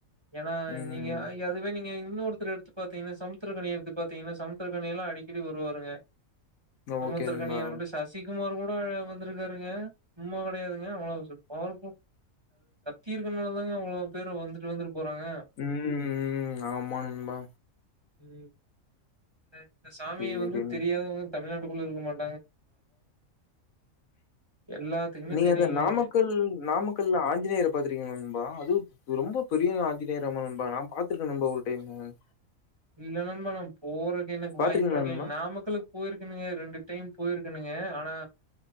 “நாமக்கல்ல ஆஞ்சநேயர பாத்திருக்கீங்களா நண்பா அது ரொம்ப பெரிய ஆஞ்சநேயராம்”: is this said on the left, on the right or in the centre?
Left